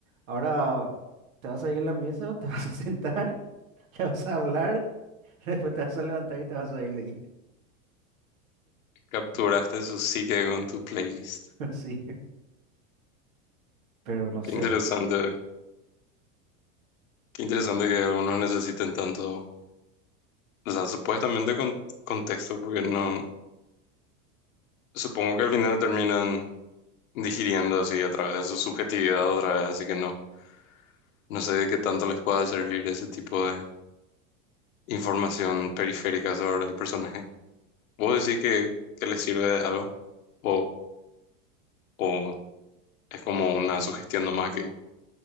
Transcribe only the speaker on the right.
Ahora te vas a ir a la mesa, <laughs> te vas a sentar, <laughs> te vas a hablar, <laughs> después te vas a levantar y te vas a ir, le dije.
<laughs>
Sí, pero no
sé.